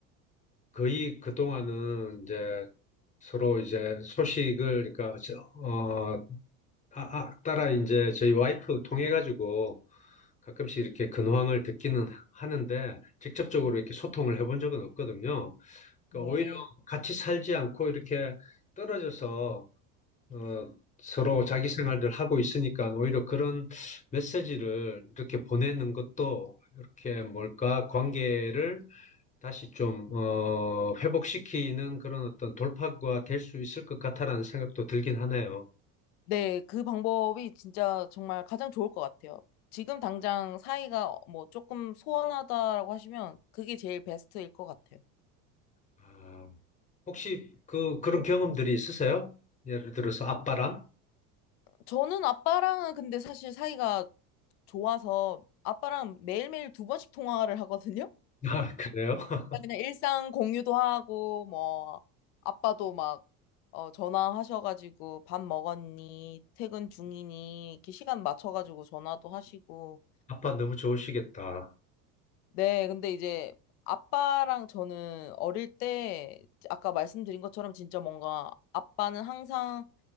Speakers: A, on the left; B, on the left.
A: 거의 그동안은 이제 서로 이제 소식을, 그러니까, 저, 어, 아, 아, 따라 이제 저희 와이프 통해가지고 가끔씩 이렇게 근황을 듣기는 하는데 직접적으로
B: 네,
A: 이렇게 소통을 해본 적은 없거든요. 그러니까
B: 네.
A: 오히려 같이 살지 않고 이렇게 떨어져서, 어, 서로
B: 네,
A: 자기 생활들 하고 있으니까 오히려 그런 메시지를 이렇게 보내는 것도 이렇게 뭘까, 관계를 다시 좀, 어, 회복시키는 그런 어떤 돌파구가 될 수 있을 것 같다라는 생각도 들긴 하네요.
B: 네. 그 방법이 진짜 정말 가장 좋을 것 같아요. 지금 당장 사이가 뭐 조금 소원하다라고 하시면 그게 제일 베스트일 것 같아요.
A: 아, 혹시 그, 그런 경험들이 있으세요? 예를 들어서 아빠랑?
B: 저는 아빠랑은 근데 사실 사이가 좋아서 아빠랑 매일매일 두 번씩 통화를 하거든요.
A: 아, 그래요? <laughs>
B: 그냥 일상 공유도 하고 뭐 아빠도 막 어, 전화하셔가지고 밥 먹었니 퇴근 중이니 이렇게 시간 맞춰가지고 전화도 하시고
A: 아빠 너무 좋으시겠다.
B: 네 근데 이제 아빠랑 저는 어릴 때 아까 말씀드린 것처럼 진짜 뭔가 아빠는 항상